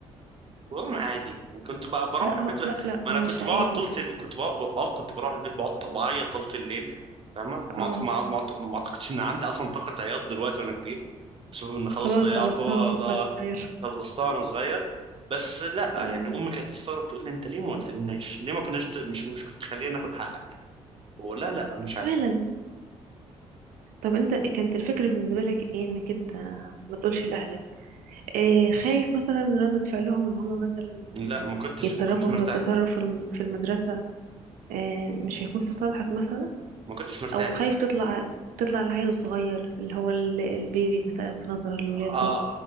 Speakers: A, on the right; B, on the right.
A: والله ما عادي كنت ب- بروح
B: لا
A: البيت
B: هو...
A: ب...
B: لا لا
A: ما
B: هو
A: انا كنت
B: مش
A: بقعد
B: عادي
A: طول تل... كنت بقعد... اه كنت بروح البيت بقعد بعيط طول الليل فاهمه ما
B: اه
A: أعت- ما ما أعت- ما اعتقدش ان عندي اصلا طاقه عياط دلوقتي وانا كبير بسبب ان خلاص
B: خلاص
A: ضيعتها
B: خلصناه وانت صغير
A: ض- خلصتها وانا صغير بس لا يعني
B: اه
A: امي كانت تستغرب تقول لي انت ليه ما قلتلناش ليه ما كناش ت- مش مش كنت تخلينا ناخد حقك بقول لها لا مش عارف
B: فعلا طب انت كانت الفكرة بالنسبة لك ايه انك انت ما تقولش لأهلك إيه خايف مثلا من ردة فعلهم ان هم مثلا
A: لا ما كنتش
B: يتصرفوا
A: ما كنتش مرتاح
B: في التصرف في الم- في المدرسة إيه مش هيكون في صالحك مثلا
A: ما كنتش مرتاح
B: او خايف تطلع تطلع العيل الصغير اللي هو ال- البيبي مثلا في نظر الولاد
A: اه
B: دول